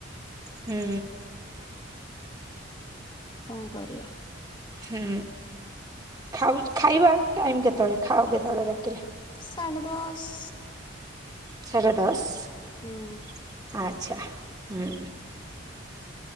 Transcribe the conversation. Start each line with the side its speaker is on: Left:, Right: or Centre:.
Right: ହୁଁ
Left: କଣ କରିବା
Right: ହୁଁ ଖାଉ ଖାଇବା ଟାଇମ କେତେବେଳେ ଖାଅ କେତେବେଳେ ରାତିରେ।
Left: ସାଡ଼େ ଦଶ।
Right: ସାଢ଼େ ଦଶ
Left: ହୁଁ
Right: ଆଚ୍ଛା ହୁଁ